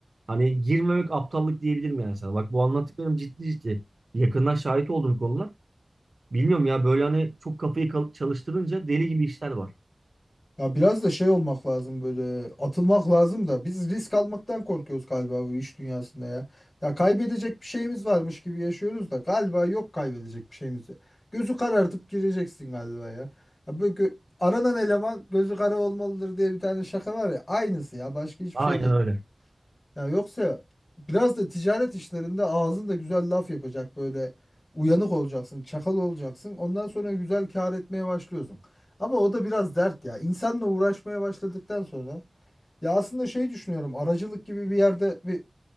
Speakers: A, on the right; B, on the left.
A: Hani girmemek aptallık diyebilirim yani sana. Bak bu anlattıklarım ciddi ciddi. Yakından şahit olduğum konular. Bilmiyorum ya böyle hani çok kafayı kal- çalıştırınca deli gibi işler var.
B: ya biraz da şey olmak lazım böyle atılmak lazım da biz risk almaktan korkuyoruz galiba bu iş dünyasında ya. Ya kaybedecek bir şeyimiz varmış gibi yaşıyoruz da galiba yok kaybedecek bir şeyimiz. ya. Gözü karartıp gireceksin galiba ya. Ya böyle gö- aranan eleman gözü kara olmalıdır diye bir tane şaka var ya aynısı ya başka hiçbir
A: Aynen
B: şey değil.
A: öyle.
B: Ya yoksa biraz da ticaret işlerinde ağzında güzel laf yapacak böyle uyanık olacaksın, çakal olacaksın. Ondan sonra güzel kâr etmeye başlıyorsun. Ama o da biraz dert ya. İnsanla uğraşmaya başladıktan sonra ya aslında şey düşünüyorum. Aracılık gibi bir yerde bir,